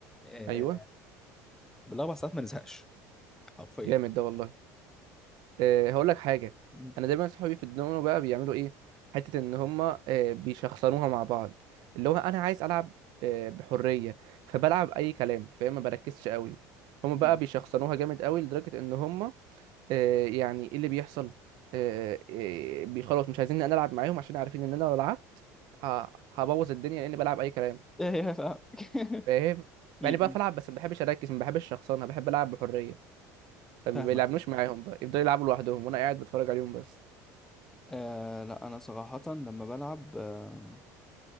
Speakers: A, in the centre; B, on the right.
A: آه،
B: ايوه
A: بالاربع ساعات ما نزهقش حرفيا
B: جامد ده والله أه هقول لك حاجه
A: م-
B: انا دايما صحابي في الدومينو بقى بيعملوا ايه حته ان هما أه بيشخصنوها مع بعض اللي هو انا عايز العب أه بحريه فبلعب اي كلام فاهم ما بركزش قوي هما
A: م.
B: بقى بيشخصنوها جامد قوي لدرجه ان هما أه يعني ايه اللي بيحصل أه أه بي- خلاص مش عايزين إن انا العب معاهم عشان عارفين ان انا لو لعبت ه- هبوظ الدنيا لاني بلعب اي كلام
A: <laughs> ايه يا فاهمك <laughs>
B: فاهم
A: م-
B: يعني بقى
A: م.
B: بلعب بس ما بحبش اركز ما بحبش شخصنة بحب العب بحريه فما
A: فاهمك.
B: بيلعبنوش معاهم بقى يفضلوا يلعبوا لوحدهم وانا قاعد بتفرج عليهم بس
A: آه لا انا صراحة لما بلعب آه